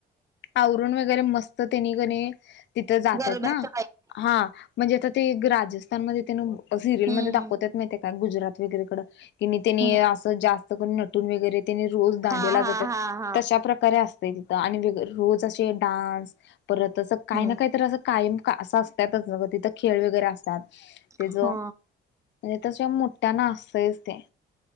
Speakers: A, on the left; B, on the right.
A: आवरण वगैरे मस्त त्यांनी का नई तिथं जातात
B: गरब्याच्या
A: ना,
B: टाईप
A: हा, म्हणजे आता ते राजस्थानमध्ये त्या सिरियल
B: हम्म
A: मध्ये दाखवत्यात माहिती हाय काय, तेनी गुजरात वगैरेकडं कि त्यानी
B: हम्म
A: असं जास्त करून नटून वगैरे, त्यांनी रोज दांडियाला
B: हा हा
A: जात्यात.
B: हा हा
A: अशा प्रकारे असतय तिथं, रोज असे डान्स परत अस काही
B: हम्म
A: ना काही अस कायम असं असत्यातच, तिथं खेळ वगैरे असतात, ते
B: हा
A: ज म्हणजे तशि मोठ्याना असतंयच ते..